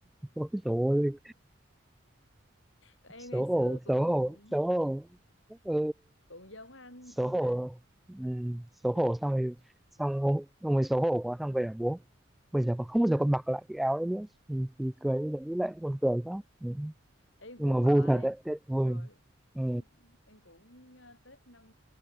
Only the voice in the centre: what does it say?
Ôi dồi ôi,
xấu
hổ,
xấu hổ,
xấu hổ, ừ,
xấu
hổ,
ừ, xấu
hổ xong rồi, xong ông, ông ấy xấu hổ quá xong về bảo bố, bây giờ còn không bao giờ còn mặc lại cái áo ấy nữa, thì, thì cười bây giờ nghĩ lại cũng còn cười quá, ừ.
Nhưng
mà
vui thật đấy, Tết vui,
ừ,